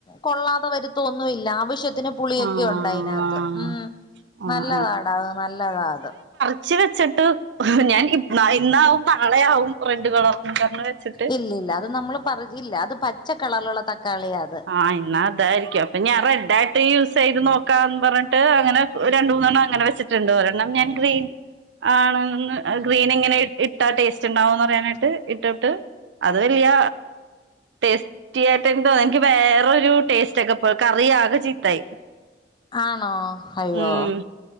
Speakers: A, on the left (about 25°); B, on the right (about 75°).
A: കൊള്ളാതെ വരുത്തൊന്നുയില്ലാ ആവശ്യ വിശത്തിന് പുളിയൊക്കെ
B: ആഹ്
A: ഒണ്ട് അയിനാത്ത് ഉം
B: ആഹ്
A: നല്ലതാടാ നല്ലതാ അത്
B: ച്ച് വെച്ചിട്ട് ഞാൻ ഇപ് ഇന്നാവും നാളെയാവും റെഡ് കളർന്നും പറഞ്ഞ് വെച്ചിട്ട്
A: ഇല്ല ഇല്ല അത് നമ്മള് പറ ഇല്ല അത് പച്ചക്കളറിലുള്ള തക്കാളിയാ അത്
B: ആഹ് ഇന്നാ അതായിരിക്കും അപ്പൊ ഞാൻ റെഡ് ആയിട്ട് യൂസ് ചെയ്ത് നോക്കാന്ന് പറഞ്ഞിട്ട് അങ്ങനെ രണ്ട് മൂന്നെണ്ണം അങ്ങനെ വെച്ചി ച്ചിട്ട്ണ്ട് ഒരെണ്ണം ഞാൻ ഗ്രീൻ ആണ്ന്ന് ഗ്രീൻ ഇങ്ങനെ ഇ ഇട്ടാ ടേസ്റ്റ് ഇണ്ടാവോന്ന് അറിയാനായിട്ട് ഇട്ടട്ട് അത് വെല്യ ടേസ്റ്റി ആയിട്ടെന്തോ <unintelligible> എനിക്ക് വേറൊരു ടേസ്റ്റ് ഒക്കെ പോലെ കറി ആകെ ചീത്തായി
A: ആണോ അയ്യോ
B: ഉം